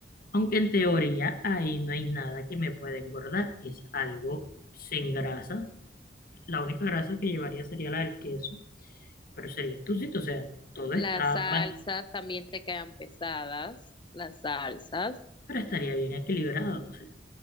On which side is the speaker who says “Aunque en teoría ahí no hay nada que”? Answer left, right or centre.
Left